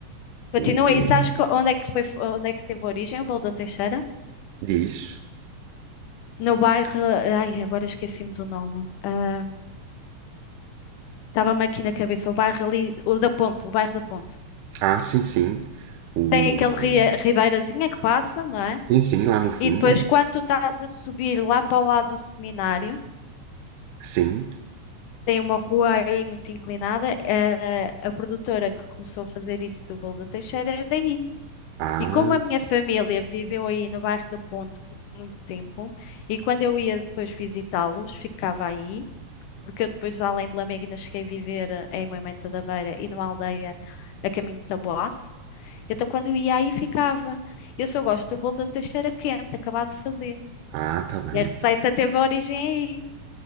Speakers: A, on the left (about 80°); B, on the right (about 85°).
A: Continua,
B: O,
A: e sabes
B: eh,
A: co- onde é que foi, onde é que teve origem o bolo da Teixeira?
B: diz.
A: No bairro, ai, agora esqueci-me do nome. Ah, Estava-me aqui na cabeça, o bairro ali, o da Ponte, o bairro da Ponte.
B: Ah, sim, sim. O,
A: Tem aquele
B: eh,
A: ri- ribeirazinha que passa, não é?
B: sim, sim, lá no fundo.
A: E depois, quando tu estás a subir lá para o lado do seminário,
B: Sim.
A: tem uma rua aí muito inclinada. A, a produtora que começou a fazer isso do Bolo da Teixeira é daí.
B: Ah,
A: E como a minha família viveu aí no bairro da Ponte por muito tempo, e quando eu ia depois visitá-los, ficava aí, porque eu depois, além de Lamegna, cheguei a viver eh, em Moimenta da Beira e numa aldeia a caminho de Taboás. Então, quando eu ia aí, ficava. Eu só gosto do bolo da Teixeira quente, acabado de fazer.
B: ah, tá bem.
A: E a receita teve origem aí.